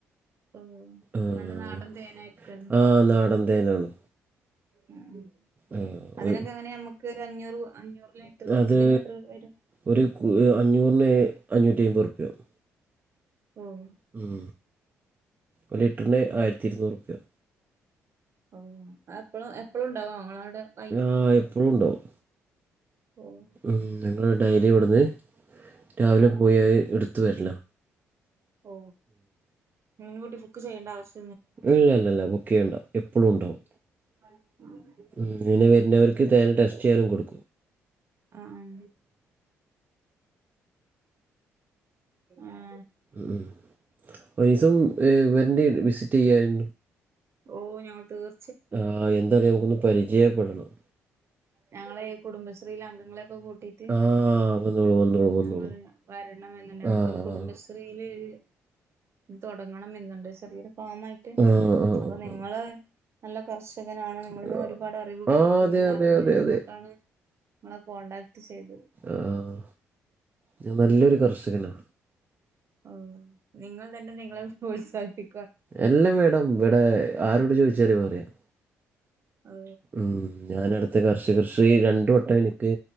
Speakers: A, on the right; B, on the right.
A: ഓ
B: ആഹ്.
A: നല്ല നാടൻ തേനായിരിക്കുവല്ലോ
B: ആഹ് നാടൻ തേനാണ്.
A: ഉം.
B: ആഹ്
A: അതിനൊക്കെ
B: ഒരു
A: എങ്ങനെയാ നമുക്ക് ഒരഞ്ഞൂറ് അഞ്ഞൂറിനായിട്ട്
B: അത്
A: ഇതിനൊക്കെ എത്ര വരും?
B: ഒരു കു അഞ്ഞൂറിന് അഞ്ഞൂറ്റി അയ്മ്പുർപ്യാവും.
A: ഉം.
B: ഉം ഒരു ലിറ്റർന് ആയിര്ത്തി ഇരുന്നൂറ്പ്യ
A: ഓ എപ്പളും എപ്പളുണ്ടാവോ ഇങ്ങളാടെ പൈ
B: ആഹ് എപ്പളുംണ്ടാവും
A: ഓഹ്
B: ഉം ഞങ്ങൾ ഡൈലി ഇവട്ന്ന് രാവിലെ
A: ആഹ്
B: പോയി
A: ആഹ്
B: എടുത്ത് വരല
A: ഓ മുൻകൂട്ടി ബുക്ക് ചെയ്യേണ്ട ആവശ്യ
B: ഇല്ലല്ലല്ല ബുക്കെയ്യണ്ട എപ്പളും ഇണ്ടാവും
A: <unintelligible>
B: ഉം ങ്ങനെ വെര്നോര്ക്ക് തേന് ടെസ്റ്റ് ചെയ്യാനും കൊടു
A: ആഹ് ഉം ആഹ്
B: ഉം ഒരീസം വെര്ണ്ടി വിസിറ്റെയ്യാൻ
A: ഓ ഞങ്ങൾ തീർ
B: ആഹ് എന്തായാലും ഞമ്മക്കൊന്ന് പരിചയപ്പെടണം
A: ഞങ്ങളെയ് കുടുംബശ്രീയിലെ അംഗങ്ങളെയൊക്കെ കൂട്ടി റ്റ്
B: ആഹ് വന്നോളൂ വന്നോളൂ വന്നോളൂ
A: ഞങ്ങള് വരണമെന്നുണ്ട് ഞങ്ങൾക്കൊരു
B: ആഹ്
A: കുടുംബശ് ശ്രീലൊര് ത് തൊടങ്ങണം എന്ന്ണ്ട് ചെറിയൊരു ഫാമായിട്ട്
B: ആഹ് ആഹ് ആഹ്
A: അപ്പൊ നിങ്ങള് നല്ല കർഷ് ഷകനാണ് നിങ്ങളിന്ന്
B: ആഹ്
A: ഒരുപാട് അറിവുകള്
B: ആഹ്
A: കിട്ടുമെന്ന്
B: അതെ അതെ
A: അറിഞ്ഞു
B: അതെ
A: അതുകൊണ്ടാണ്
B: അതെ
A: ങ്ങളെ കോണ്ടാക്ട് ചെയ്തത്
B: ആഹ് ഞാൻ നല്ലൊരു കർഷകനാ
A: ഔ നിങ്ങൾ തന്നെ നിങ്ങളെ പ്രോത്സാഹിപ്പി
B: അല്ല മേഡം വ്വടെ ആരോട് ചോയ്ച്ചാലും അറിയാം
A: ഓ
B: ഉം ഞാനട്ത്ത കർഷകശ്രീ രണ്ടു വട്ടം എനിക്ക്